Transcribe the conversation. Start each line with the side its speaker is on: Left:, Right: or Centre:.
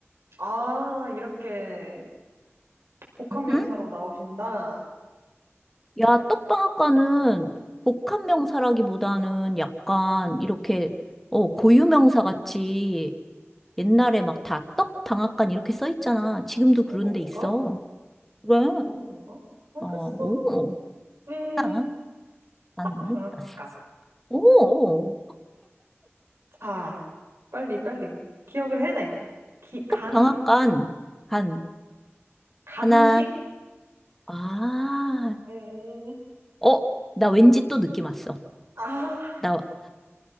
Right: 아, 이렇게 복합
Centre: 응?
Right: 명사로 나오신다.
Centre: 야, 떡방앗간은 복합 명사라기보다는 약간 이렇게 어, 고유 명사 같이 옛날에 막 다 떡방앗간 이렇게 써 있잖아. 지금도 그런
Right: 그런
Centre: 데 있어.
Right: 건가?
Centre: 그래.
Right: 그런 건가? 알겠어.
Centre: 어, 오.
Right: 음,
Centre: 딱, 간.
Right: 딱 방앗간.
Centre: 아싸. 오.
Right: 자, 빨리 빨리. 기억을 해내. 기, 간,
Centre: 떡방앗간 간
Right: 간식.
Centre: 하나. 아.
Right: 음.
Centre: 어, 나 왠지 또 느낌 왔어.
Right: 아.
Centre: 나,